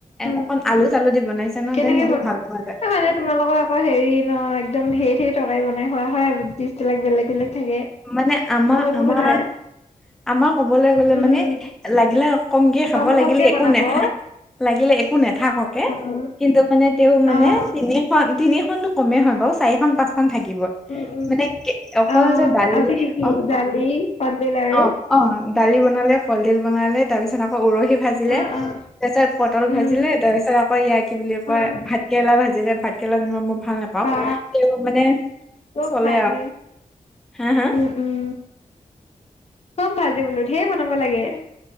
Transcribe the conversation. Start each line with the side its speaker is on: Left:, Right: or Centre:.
Left: উম
Centre: অকণ আলু চালু দি- বনাইছে ন
Left: কেনেকে
Centre: দেন সেইটো
Left: বনোৱা
Centre: ভাল
Left: এ
Centre: পোৱা যায়
Left: মানে তোমালোকৰ আকৌ হেৰি ন একদম হে টকাই বনাই খোৱা হয় আৰু ডিচবিলাক বেলেগ বেলেগ থাকে
Centre: মানে আমাৰ
Left: বহুত
Centre: আমাৰ
Left: বহুত হয়।
Centre: আমাৰ ক'বলৈ গ'লে
Left: উম
Centre: মানে লাগিলে কমকে খাব
Left: কম
Centre: লাগিলে
Left: কমকে
Centre: একো
Left: বনাব
Centre: নেখা
Left: উম
Centre: লাগিলে একো নাথাককে
Left: উম।
Centre: কিন্তু মানে তেওঁ মানে
Left: অহ
Centre: তিনিখন তিনি তিনি খনটো কমেই হয় বা ওঃ চাৰিখন পাঁচ থাকিব
Left: উম উম
Centre: মানে অকল
Left: অহ
Centre: যে দালি
Left: আজি কি কি
Centre: অ
Left: দালি কলডিল আৰু
Centre: অ অ দালি বনালে কলদিল বনালে তাৰপিছত আকৌ উৰহি ভাজিলে
Left: অহ
Centre: তাৰ
Left: অহ
Centre: পিছত পটল
Left: উম
Centre: ভাজিলে তাৰ পিছত আকৌ ইয় কি বুলি কয়
Left: অহ
Centre: ভাত কেৰেলা ভাজিলে দিলে ভাত কেৰেলা যেনিবা মই ভাল নাপাওঁ
Left: বা
Centre: তে মানে
Left: চব
Centre: চলে
Left: ভাজি
Centre: আৰু হা হা
Left: উম উম চব ভাজি বোলো ঢেৰ বনাব লাগে